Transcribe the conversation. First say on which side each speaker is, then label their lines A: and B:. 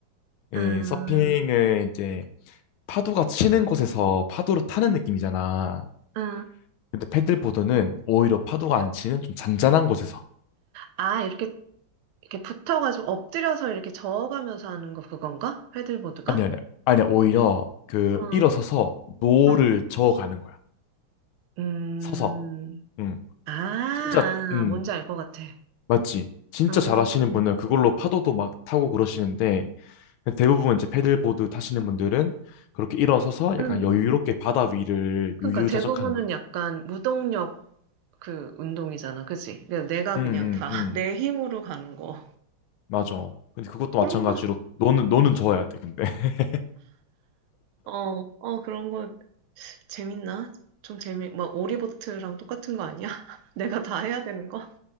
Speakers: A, on the left (about 80°); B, on the right (about 85°).
A: 예,
B: 응,
A: 서핑을 이제 파도가 치는 곳에서 파도를 타는 느낌이잖아.
B: 응.
A: 근데 패들보드는 오히려 파도가 안 치는 좀 잔잔한 곳에서
B: 아, 이렇게, 이렇게 붙어가지고 엎드려서 이렇게 저어가면서 하는 거 그건가? 패들보드가?
A: 아니 아니 아니 오히려 그
B: 응,
A: 일어서서 노를
B: 응.
A: 저어가는 거야.
B: 음,
A: 서서. 응.
B: 아,
A: 진짜,
B: 아,
A: 응,
B: 뭔지 알 것 같아.
A: 맞지. 진짜
B: 음,
A: 잘하시는 분은 그걸로 파도도 막 타고 그러시는데 대부분 이제 패들보드 타시는 분들은 그렇게 일어서서 약간
B: 음.
A: 여유롭게 바다 위를
B: 그러니까
A: 유유자적하는
B: 대부분은
A: 느낌.
B: 약간 무동력 그 운동이잖아, 그치? 그냥 내가
A: 응,
B: 그냥 다
A: 응, 응.
B: 내 <laughs> 힘으로 가는 거.
A: 맞아. 근데 그것도 마찬가지로
B: 그런 거.
A: 너는 너는 저어야 돼. 근데 <laughs>
B: 어, 어, 그런 거 재밌나? 좀 재미, 막 오리보트랑 똑같은 거 아니야? <laughs> 내가 다 해야 되는 거?